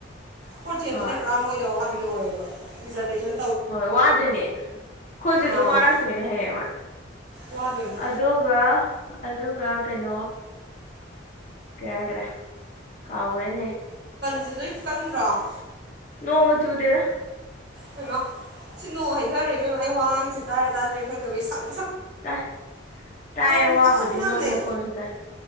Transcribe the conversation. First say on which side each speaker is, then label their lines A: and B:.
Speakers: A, on the right; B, on the left.
A: ꯐꯣꯔꯠ ꯁꯦꯝꯁꯤꯗꯤ
B: ꯍꯣꯏ
A: ꯄꯨꯔꯥ ꯃꯣꯏ ꯗꯣ ꯗ ꯑꯣꯏꯌꯦꯕ ꯗꯤꯖꯥꯔꯇꯦꯁꯟ
B: ꯍꯣꯏ ꯋꯥꯗꯣꯏꯅꯦ ꯑꯩꯈꯣꯏꯁꯨ
A: ꯑꯥ
B: ꯑꯗꯨꯝ ꯋꯥꯔꯛ ꯇꯣꯏꯅꯦ ꯍꯌꯦꯡ ꯋꯥꯏ
A: ꯋꯥꯗꯣꯏꯅꯤ
B: ꯑꯗꯨꯒ ꯑꯗꯨꯒ ꯀꯩꯅꯣ ꯀꯩ ꯍꯥꯏꯈꯔꯦ ꯀꯥꯎꯔꯦꯅꯦ
A: ꯖꯦ ꯅꯣꯏ ꯀꯟꯗ꯭ꯔꯣ
B: ꯅꯣꯒ ꯆꯨꯗꯦꯗ
A: ꯍꯩꯃ ꯁꯤ ꯅꯣꯡ ꯍꯩꯊꯔꯦ ꯏꯕꯦꯝꯃꯥ ꯑꯩ ꯋꯥ ꯉꯥꯡꯏ ꯁꯦ ꯇꯥꯕ꯭ꯔꯥ ꯇꯥꯗ꯭ꯔꯤꯔ ꯈꯪꯗꯕꯩ ꯁꯪ ꯑ
B: ꯇꯥꯏ ꯇꯥꯏꯌꯦ
A: ꯈꯨꯀꯟ
B: ꯋꯥꯕꯨꯗꯤ
A: ꯑꯝꯅꯦ
B: ꯅꯣꯡ ꯃꯈꯣꯟꯁꯨ ꯇꯥꯏ